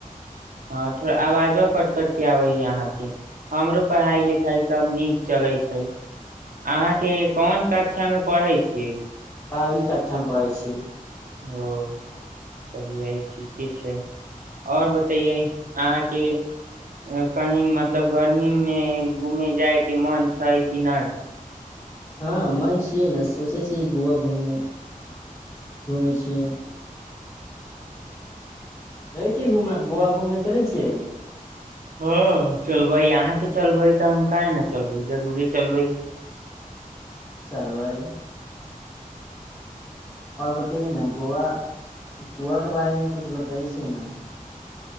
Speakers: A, on the right; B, on the left.
A: हँ, थोड़ा आवाजो कटि-कटि कऽ आबै छै। हमरो पढ़ाइ-लिखाइ सभ नीक चलैत छै। अहाँके कोनका? शिक्षामे पढ़ै छियै ने?
B: बारवी कक्षामे पढ़ै छी।
A: ओ चलियै, ठीके छै। आओर बतैयै, अहाँकेँ कहीं घूमय जाए के मन छै कि नहि? गर्मीमे घूमय जाए के इच्छा होइ छै कि नहि?
B: हँ मन छियै। ने सोचै छियै गोव घूमना घुमै छीयै हम। चलै छिय, घूम गोवा घूमने चलै छियै।
A: हँ चलबै अहाँके चलबै तऽ हम काह ने चलबै जरूरे चलबै
B: चलबइ। आओर बताउ ने, गोआ-कोआक बारेमे किछु बतबै छै ने?